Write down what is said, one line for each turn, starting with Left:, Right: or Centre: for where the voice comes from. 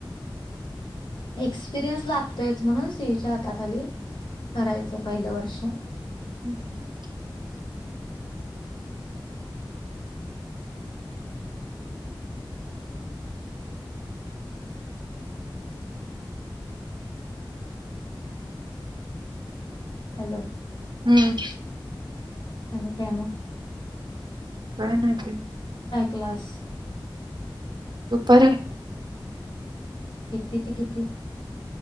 Left: एक्सपिरयन्स लागतोयच म्हणून सीईच्या हाता खाली, करायचं पहिलं वर्ष
Right: हम्म
Left: हॅलो,
Right: हम्म
Left: आणि काय म
Right: काय नाही ते
Left: क्लास
Right: दुपारी
Left: किती ते किती